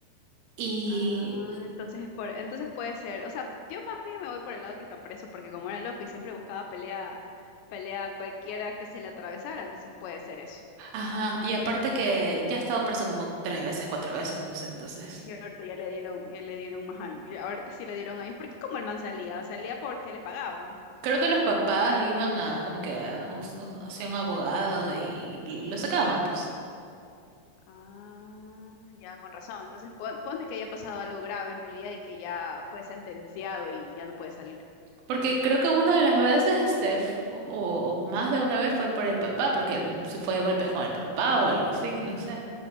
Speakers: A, on the right; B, on the left.
A: Y
B: Ah, entonces es por, entonces puede ser. O sea, yo más bien me voy por el lado que está preso, porque como era loco y siempre buscaba pelea, pelea a cualquiera que se le atravesara, entonces puede ser eso.
A: Ajá, y aparte que ya ha estado preso como tres veces, cuatro veces, no sé, entonces.
B: Y ahorita ya le dieron, ya le dieron más años. y Ahorita sí le dieron años, porque como el man salía, salía porque le pagaban.
A: Creo que los papás iban a como que a, us- us- hacia un abogado y lo sacaban, pues.
B: Ah, ya, con razón. Entonces, pon- ponte que haya pasado algo grave en realidad y que ya fue sentenciado y ya no puede salir.
A: Porque creo que una de las veces, este, f- o o más de una vez fue por el papá, porque él se fue de golpes con el papá o algo así, no sé.